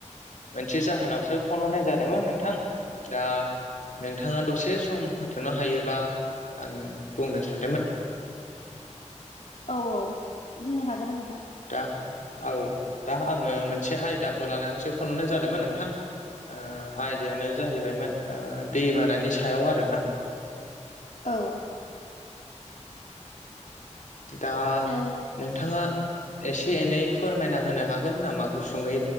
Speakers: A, on the left; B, on the left.
A: मोनसे जाहोनावसो फन हराय जादोंमोन नोंथां। दा नोंथाङा दसे सम होथ'नो हायोबा आङो बुंनो सानदोंमोन। <inaudible>
B: औ औ बुंनो हागोन नोंथां।
A: दा औ दा आङो मोनसे आयदाखौ लानानैसो फनहरनाय जादोंमोन नोंथां। ओ आयदायानो जाहैबायमोन दै बानानि सायाव आरोना।
B: औ।
A: दा
B: ओ
A: नोंथाङा एसे एनै फोरमायना होनो हागोन नामा गुसुङै